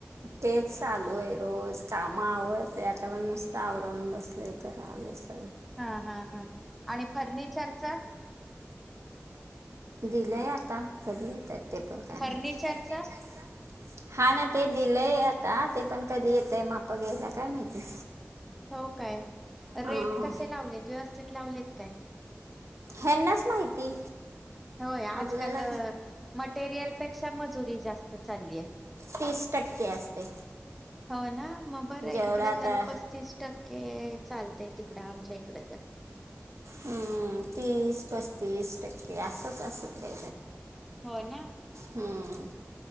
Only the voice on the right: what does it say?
तेच चालू आहे, रोज काम आवरते, आता पण नुसतं आवरून बसलेय, तर आलेच.
दिलंय आता, कधी येतात? ते पण काय
माहिती. हा ना ते दिलंय आता, ते पण कधी येतात माप घ्यायला काय माहिती.
हां
ह्यांनाच माहिती.
आपल्याला
तीस टक्के असते
जेवढं
आता
हम्म तीस-पस्तीस टक्के असंच असेल.
हम्म,